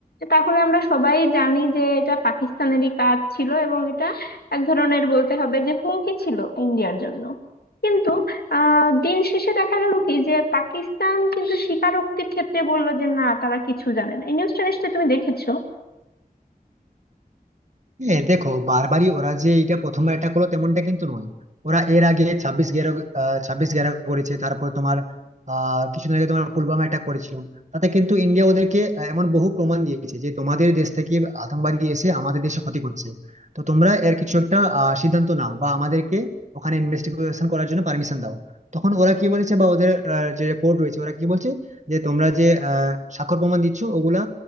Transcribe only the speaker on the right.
হ্যাঁ দেখো বারবারই ওরা যে এটা প্রথমবার এটা করলো তেমনটা কিন্তু নয় ওরা এর আগে ছাব্বিশ গ্যারো আহ, ছাব্বিশ গ্যারো করেছে তারপর তোমার আহ কিছুদিন আগে তোমার পুলওয়ামা অ্যাটাক করেছিল তাতে কিন্তু ইন্ডিয়া ওদেরকে আহ, এমন বহু প্রমাণ দিয়েছে যে তোমাদের দেশ থেকে আতঙ্কবাদী এসে আমাদের দেশে ক্ষতি করছে তো তোমরা এর কিছু একটা আহ, সিদ্ধান্ত নাও বা আমাদেরকে ওখানে ইনভেস্টিগেশন করার জন্য পারমিশন দাও তখন ওরা কি বলেছে বা ওদের আহ, যে কোর্ট রয়েছে ওরা কি বলছে যে তোমরা যে আহ, স্বাক্ষর প্রমাণ দিচ্ছ ওগুলা